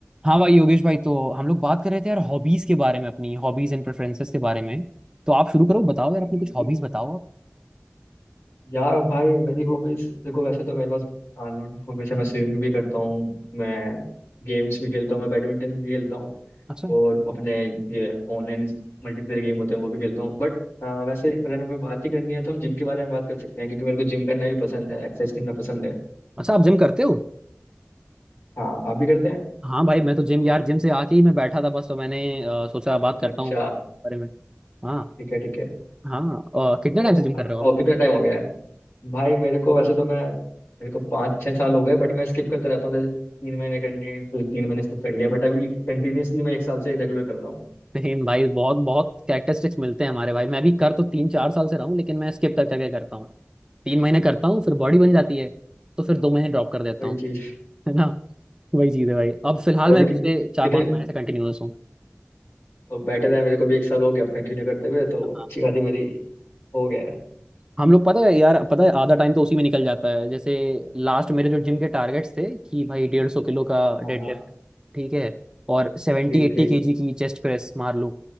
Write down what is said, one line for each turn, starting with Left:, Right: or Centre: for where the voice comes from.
Right: हाँ भाई योगेश भाई तो हम लोग बात कर रहे थे यार हॉबीज के बारे में अपनी हॉबीज एंड प्रेफरेंसेस के बारे में तो आप शुरू करो बताओ यार
Left: बिल्कुल
Right: अपनी कुछ
Left: बिल्कुल।
Right: हॉबीज बताओ आप
Left: यार भाई मेरी हॉबीज देखो वैसे तो मेरे पास हाँ लोट ऑफ हॉबीज है मैं स्विमिंग भी करता हूँ मैं गेम्स भी खेलता हूँ मैं बैडमिंटन भी खेलता हूँ
Right: अच्छा
Left: और अपने ये ऑनलाइन मल्टीप्लेयर गेम होते हैं वो भी खेलता हूँ बट वैसे अगर हमें बात ही करनी है तो हम जिम के बारे में बात कर सकते हैं क्योंकि मेरे को जिम करना भी पसंद है एक्सरसाइज करना पसंद है
Right: अच्छा आप जिम करते हो
Left: हाँ आप भी करते हैं
Right: हाँ भाई मैं तो जिम यार जिम से आके ही मैं बैठा था बस तो मैंने अ, सोचा बात करता
Left: अच्छा
Right: हूँ बारे में हाँ
Left: ठीक है ठीक है
Right: हाँ अ, कितने
Left: तो
Right: टाइम से जिम कर
Left: आपको
Right: रहे हो आप
Left: कितना टाइम हो गया है भाई मेरे को वैसे तो मैं मेरे को पाँच छः साल हो गए बट मैं स्किप करता रहता हूँ जैसे तीन महीने कर ली फिर तीन महीने स्किप कर लिया बट अभी कंटिन्यूअसली मैं एक साल से रेगुलर कर रहा हूँ
Right: सेम भाई बहुत बहुत कैरेक्टरिस्टिक्स मिलते हैं हमारे भाई मैं भी कर तो तीन चार साल से रहा हूँ लेकिन मैं स्किप कर करके करता हूँ तीन महीने करता हूँ फिर बॉडी बन
Left: वही
Right: जाती है तो फिर दो महीने ड्रॉप कर देता
Left: वही
Right: हूँ
Left: चीज़
Right: है ना वही चीज़ है भाई अब फिलहाल
Left: अभी
Right: मैं
Left: कि-
Right: पिछले चार
Left: कितने
Right: पाँच महीने से कंटिन्यूअस हूँ
Left: तो बेटर है मेरे को भी एक साल हो गया अब कंटिन्यू करते हुए तो
Right: हाँ
Left: अच्छी खासी मेरी हो गया है
Right: हम लोग पता है यार पता है आधा टाइम तो उसी में निकल जाता है जैसे लास्ट मेरे जो जिम के टारगेट्स थे कि भाई डेढ़ सौ किलो का
Left: हाँ
Right: डेडलिफ्ट
Left: हाँ
Right: ठीक है और सेवेंटी
Left: ठीक
Right: एट्टी
Left: ठीक
Right: केजी की चेस्ट प्रेस मार लूँ